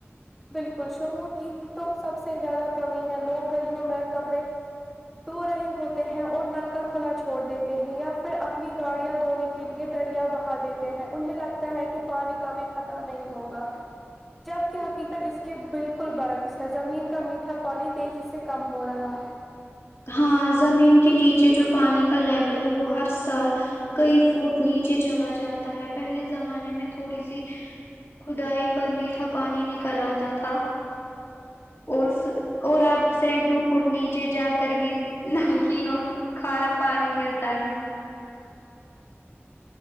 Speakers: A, in the centre; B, on the left (about 65°).
A: بالکل شعور کی ہی تو سب سے زیادہ کمی ہے لوگ گلیوں میں کپڑے دھو رہے ہوت ے ہیں اور نل کا کھلا چھوڑ دیتے ہیں یا پھر اپنی گاڑیاں دھونے کے لیے دریا بہا دی تے ہیں انہیں لگتا ہے کہ پانی کبھی ختم نہیں ہوگا جب کہ حقیقت اس کے بالکل برکس ہے زمین کا میٹھا پانی تیزی سے کم ہو رہا ہے
B: ہاں زمین کے نیچے جو پانی کا لیول ہے وہ ہر سال کئی فوٹ نیچے چلا جاتا ہے پہلے زمانے میں تھوڑی سی کھدائی پر میٹھا پانی نکل آتا تھا اور س اور آپ سائکڑوں فٹ نیچے جا کر بھی نمکین اور کھارا پانی ملتا ہے